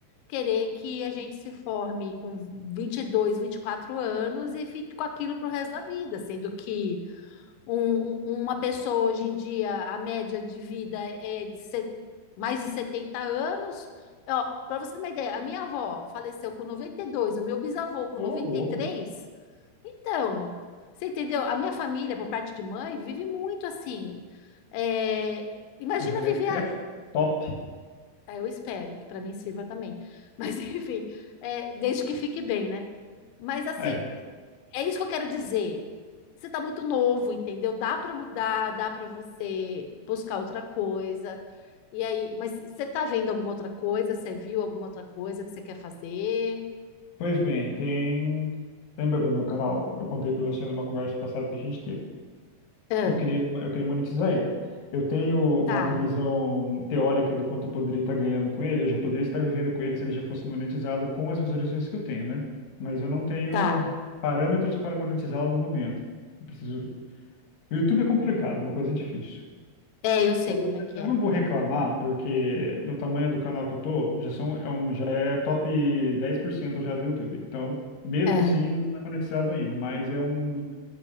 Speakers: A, on the left (about 80°); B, on the left (about 60°).
A: querer que a gente se forme com vinte vinte e dois, vinte e quatro anos e fique com aquilo para o resto da vida, sendo que um- um- uma pessoa hoje em dia, a média de vida é de se- mais de 70 anos. Para você ter uma ideia, a minha avó faleceu com noventa e dois o meu bisavô com
B: Ô,
A: noventa
B: louco.
A: e três Então, você entendeu? A minha família, por parte de mãe, vive muito assim. É, imagina
B: Sua genética
A: viver. a-
B: é top.
A: é, eu espero que para mim sirva também. Mas, <laughs> enfim, é, desde que fique bem, né? Mas assim,
B: É.
A: é isso que eu quero dizer. Você tá muito novo, entendeu? Dá para mudar, dá para você buscar outra coisa. E aí, mas você tá vendo alguma outra coisa? Você viu alguma outra coisa que você quer fazer?
B: Pois bem, tem. Lembra do meu canal? Eu contei pra você numa conversa passada que a gente teve.
A: Ah,
B: eu queria, eu queria monetizar ele. Eu tenho uma
A: tá,
B: previsão teórica do quanto eu poderia estar ganhando com ele, eu já poderia estar vivendo com ele se ele já fosse monetizado com as visualizações que eu tenho, né? Mas eu não tenho
A: tá.
B: parâmetros para monetizá-lo no momento. Eu preciso... O YouTube é complicado, é uma coisa difícil.
A: É, eu sei
B: Eu,
A: como é que
B: eu
A: é.
B: não vou reclamar, porque no tamanho do canal que eu tô, já são, é um, já é top 10% já do YouTube. Então, mesmo
A: É,
B: assim, não é monetizado ainda, mas é um,